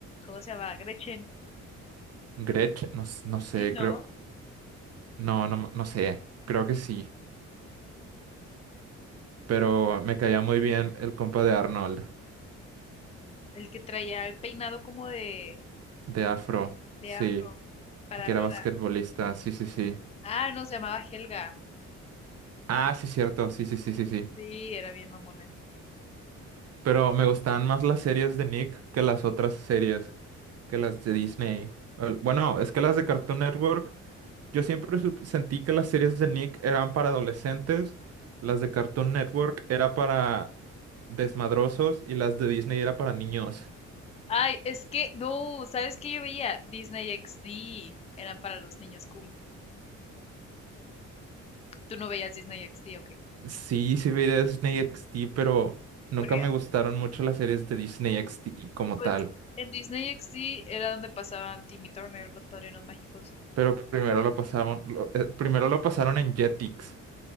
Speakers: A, on the left; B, on the right.
A: ¿Cómo se llama? Gretchen.
B: Gretch, no, s- no sé,
A: Sí, ¿no?
B: creo, no, no, no sé, creo que sí, pero me caía muy bien el compa de Arnold.
A: El que traía el peinado como de,
B: de afro,
A: de
B: sí,
A: afro para
B: y que
A: arriba.
B: era basquetbolista, sí, sí, sí.
A: Ah, no, se llamaba Helga.
B: Ah, sí, cierto, sí, sí, sí, sí, sí.
A: Sí, era bien mamona.
B: Pero me gustaban más las series de Nick que las otras series, que las de Disney. El- Bueno, es que las de Cartoon Network, yo siempre sup- sentí que las series de Nick eran para adolescentes, las de Cartoon Network era para desmadrosos y las de Disney era para niños.
A: Ay, es que, no, ¿sabes qué yo veía? Disney XD. Eran para los niños cool. ¿Tú no veías Disney XD o qué?
B: Sí, sí vi Disney XD, pero nunca
A: Porque,
B: me gustaron mucho las series de Disney XD como
A: pues,
B: tal.
A: en Disney XD era donde pasaban Timmy Turner, los padrinos mágicos.
B: Pero primero lo pasaron, lo- eh, primero lo pasaron en Jetix.